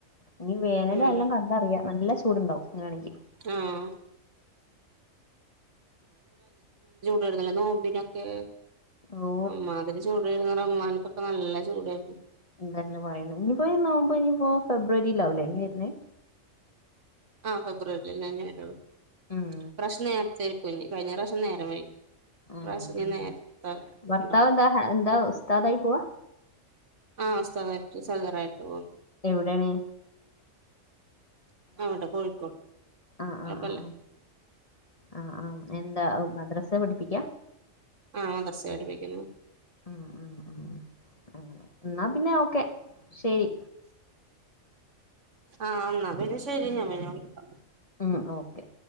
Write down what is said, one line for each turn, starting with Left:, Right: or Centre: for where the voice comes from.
Left: ഇനീ വേനലും
Right: ഉം
Left: എല്ലാം കണ്ടറിയാം നല്ല ചൂടുണ്ടാവും ഇങ്ങനാണെങ്കി
Right: ആഹ് വെര്ന്നില്ല നോമ്പിനൊക്കെ
Left: ഓ
Right: അമ്മാതിരി ചൂടേന്നു ഒമാന്ക്കൊക്കെ നല്ല ചൂടായിരുന്നു.
Left: എന്തെല്ലാം പറയ്ണെ ഇനിപ്പോ ഈ നോമ്പെനിപ്പോ ഫെബ്രുവരിയിലാവുലെ ഇനി വെര്ണത്
Right: ആ ഫെബ്രുവരിലെന്നെ വെരു
Left: ഉം.
Right: ഇപ്രാശ്യം നേര്ത്തെക്കുംനി കഴിഞ്ഞ പ്രാശ്യം നേരംവൈകി ഇപ്രാശ്യം
Left: ഉം,
Right: ഞ്ഞി
Left: ഉം.
Right: നേര്ത്തെ
Left: ഭർത്താവ്
Right: ണ്ടാവും
Left: എന്താ ഹ- എന്താ ഉസ്താദായി പോവാ
Right: ആഹ് ഉസ്താദായിട്ട് സദറയിട്ടു പോവുന്നു.
Left: എവിടെണ്
Right: അവടെ കോഴിക്കോട്
Left: ആ
Right: കൊഴപ്പല്ല.
Left: ആ ആ ആ ആ ആ എന്താ മദ്രസ പഠിപ്പിക്കാ
Right: ആ മദ്റസേല് പഠിപ്പിക്കുന്നു
Left: ഉം ഉം ഉം ഉം ന്നാ പിന്നെ ഓക്കെ ശെരി
Right: ആ ന്നാ പിന്നെ ശെരി ഞാൻ പിന്നെ വിളിക്കാ
Left: ഉം ഓക്കെ.